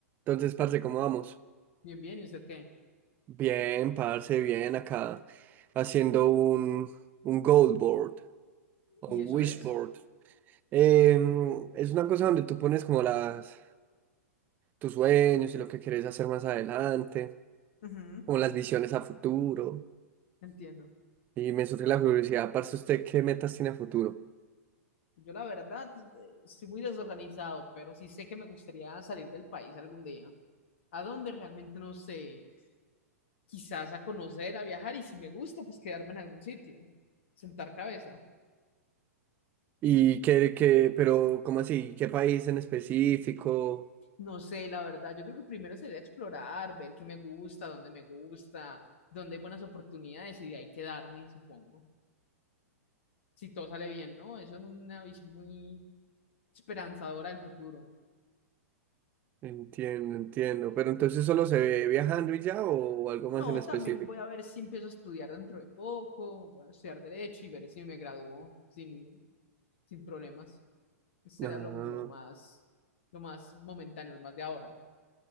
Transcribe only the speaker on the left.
Bien, bien, ¿y usted qué?
¿Y
eso
es?
Ujú.
Entiendo.
Yo la verdad eh, estoy muy desorganizado, pero sí sé que me gustaría salir del país algún día. ¿A dónde? Realmente no sé. Quizás a conocer, a viajar y si me gusta, pues quedarme en algún sitio. Sentar cabeza.
No sé, la verdad. Yo creo que primero sería explorar, ver qué me gusta, dónde me gusta, dónde hay buenas oportunidades y de ahí quedarme, supongo. Si todo sale bien, ¿no? Eso es una visión muy esperanzadora del futuro.
No,
también voy a ver si empiezo a estudiar dentro de poco, voy a estudiar derecho y ver si me gradúo sin, sin problemas. Será
lo, lo más, lo más momentáneo, lo más de ahora.